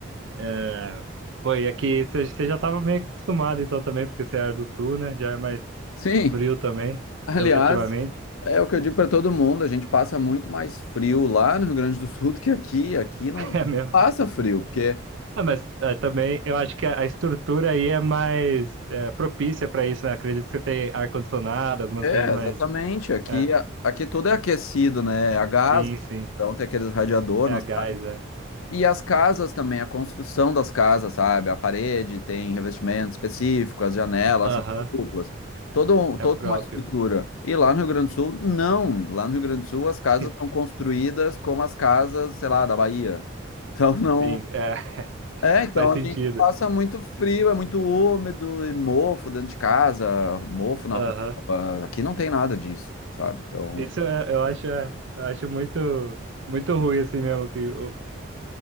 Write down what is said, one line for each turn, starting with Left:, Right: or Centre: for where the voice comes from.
Right: É... Pô, e aqui você você já tava meio que acostumado então também, porque você era do sul, né? Já é mais
Left: Sim.
Right: frio também,
Left: <laughs> Aliás,
Right: relativamente.
Left: é o que eu digo para todo mundo, a gente passa muito mais frio lá no Rio Grande do Sul do que aqui. Aqui não
Right: <laughs> É mesmo.
Left: passa frio, porque
Right: Ah, mas é, também eu acho que a, a estrutura aí é mais é, propícia para isso, né? Acredito que você tem ar-condicionado, algumas
Left: É,
Right: coisas
Left: exatamente.
Right: mais.
Left: Aqui,
Right: É,
Left: a- aqui tudo é aquecido, né? É A gás,
Right: sim, sim.
Left: então tem aqueles radiador.
Right: É
Left: nas-
Right: a gás, é.
Left: E as casas também, a construção das casas, sabe? A parede tem revestimento específico, as janelas
Right: Aham,
Left: são duplas. Todo, um-
Right: é
Left: toda
Right: próprio.
Left: uma estrutura. E lá no Rio Grande do Sul, não. Lá no Rio Grande do Sul,
Right: <laughs>
Left: as casas
Right: Sim,
Left: são construídas como as casas, sei lá, da Bahia. Então, <laughs> não,
Right: sim, é, <laughs>
Left: é, então
Right: faz
Left: a
Right: sentido.
Left: gente passa muito frio, é muito úmido e mofo dentro de casa, mofo na
Right: Aham.
Left: roupa. Aqui não tem nada disso, sabe? Então,
Right: Isso é- eu acho, é, eu acho muito, muito ruim assim mesmo, que o-